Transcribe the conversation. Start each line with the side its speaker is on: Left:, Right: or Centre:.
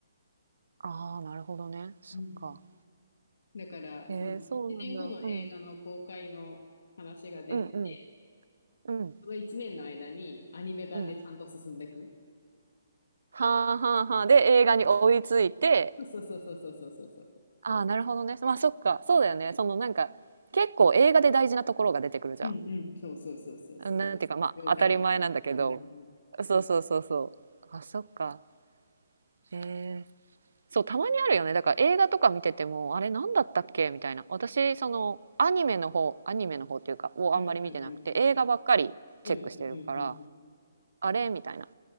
Right: ああ、なるほどね。そっか。
Left: うん。だから、
Right: へえ、
Left: その1年後の映画の公開の話が出て、
Right: そうなんだ。うん。うんうんうん
Left: その1年の間にアニメ版でちゃんと進んでいく。
Right: うん。はあはあはあ。で、映画に追いついて、
Left: そうそうそうそうそうそうそうそう。
Right: ああ、なるほどね。まあそっか。そうだよね。そのなんか、結構映画で大事なところが出てくるじゃ
Left: うんうん。そうそうそうそうそう
Right: ん。なんていうか、まあ当たり前なんだけど、
Left: 了解とかね。うんうんうん。
Right: そうそうそうそうあそっかへえそうたまにあるよねだから映画とか見ててもあれ何だったっけみたいな私そのアニメの方アニメの方っていうかをあんまり見てなくて映画ばっかりチェックしてるから
Left: うんうんうん。うんうんうんうん。
Right: あれみたいな